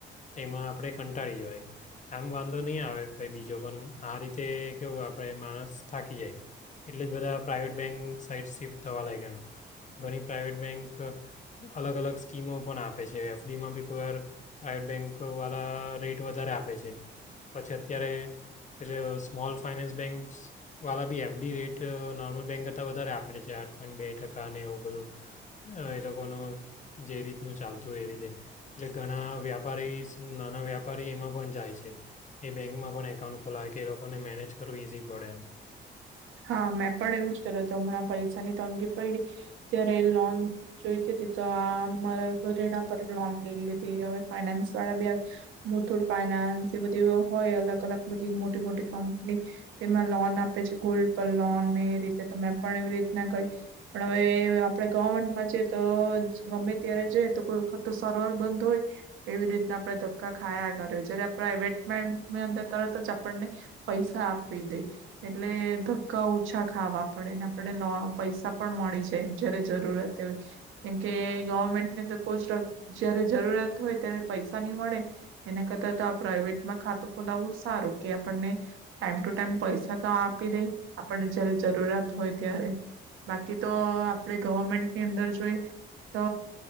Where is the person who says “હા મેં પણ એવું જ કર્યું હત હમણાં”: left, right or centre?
Right